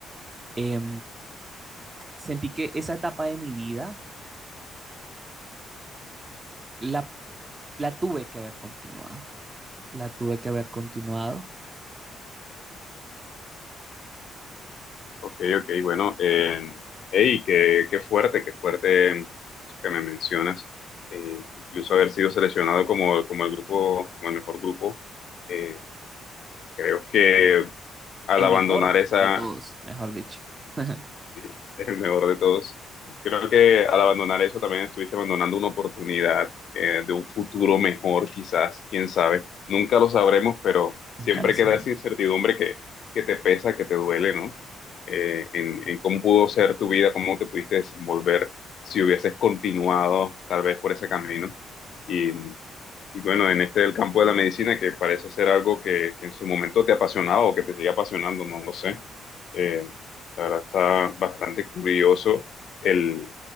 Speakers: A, on the right; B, on the left.
A: eh, sentí que esa etapa de mi vida la, la tuve que haber continuado, la tuve que haber continuado
B: Ok, ok, bueno, eh, hey, qué, qué fuerte, qué fuerte eso que me mencionas. Eh, incluso haber sido seleccionado como, como el grupo, como el mejor grupo. Eh, creo que al
A: El
B: abandonar
A: mejor
B: esa,
A: de todos, mejor dicho. <laughs>
B: <laughs> Sí, el mejor de todos. Creo que al abandonar eso también estuviste abandonando una oportunidad eh, de un futuro mejor, quizás, quién sabe. Nunca lo sabremos, pero siempre
A: Nunca lo sabrán.
B: queda esa incertidumbre que, que te pesa, que te duele, ¿no? Eh, en, en cómo pudo ser tu vida, cómo te pudiste desenvolver si hubieses continuado tal vez por ese camino. Y, y bueno, en este del campo de la medicina, que parece ser algo que, que en su momento te apasionaba o que te sigue apasionando, no lo sé. eh, la verdad está bastante curioso el,